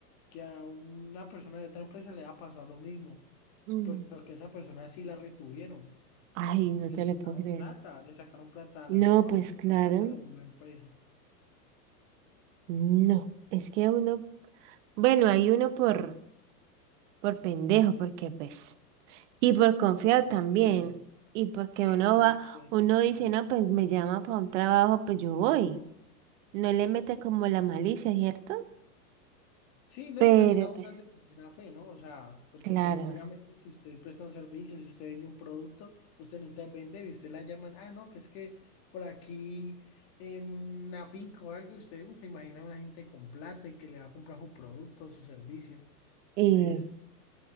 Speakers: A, on the left (about 40°); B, on the right (about 50°).
A: que a una persona de otra empresa le ha pasado lo mismo,
B: mm.
A: pero que esa persona sí la retuvieron
B: Ay, no
A: y le
B: te
A: sacaron
B: lo puedo creer.
A: plata, le sacaron plata a
B: No,
A: la esposa
B: pues
A: y le
B: claro,
A: sacaron plata a la misma empresa.
B: no. Es que uno, bueno, hay uno por, por pendejo, porque pues, y por
A: Sí,
B: confiado
A: muy
B: también.
A: creíble.
B: Y porque
A: Sí,
B: uno
A: sea
B: va,
A: muy creíble.
B: uno dice, no, pues me llama para un trabajo, pues yo voy. No le mete como la malicia, ¿cierto?
A: Sí, ¿no?
B: Pero,
A: Y también abusan
B: pues,
A: de la buena fe, ¿no? O sea, porque
B: claro,
A: pues obviamente si usted presta un servicio, si usted vende un producto, usted necesita vender y usted la llaman, ah, no, que es que por aquí en una finca o algo, usted uf, se imagina a una gente con plata y que le va a comprar su producto o su servicio.
B: y
A: Entonces,